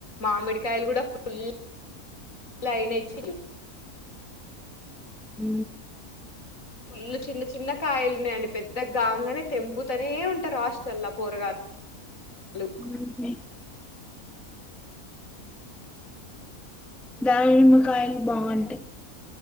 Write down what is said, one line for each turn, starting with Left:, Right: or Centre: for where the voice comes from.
Left: మామిడికాయలు కూడా ఫుల్ అయినచ్చ
Centre: ఉ
Left: ఫుల్లు చిన్న చిన్న కాయలున్నాయండి పెద్ద గాంగనే తెంపు తనే ఉంటారు ఆస్టల్లా పోరగాలు
Centre: ఉమ్. దానిమ్మకాయలు బాగుంటయ్